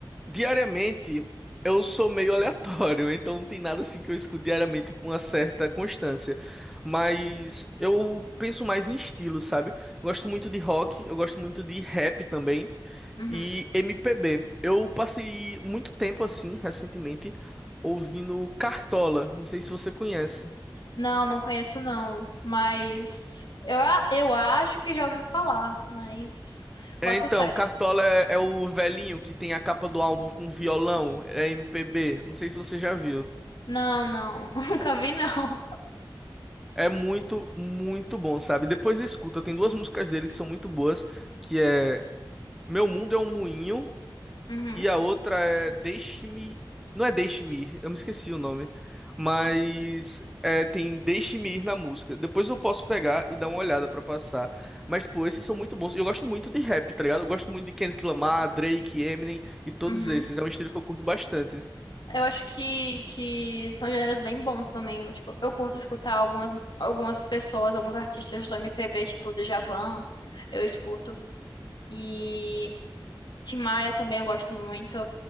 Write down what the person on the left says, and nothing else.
Uhum.
Não, não conheço não, mas eu, a- eu acho que já ouvi falar, mas
boto
fé.
Não, não, <laughs> nunca vi não.
Uhum,
uhum.
Eu acho que, que são gêneros bem bons também. Eu, tipo, eu curto escutar algumas, algumas pessoas, alguns artistas do MPB, tipo o Djavan, eu escuto. E Tim Maia também eu gosto muito.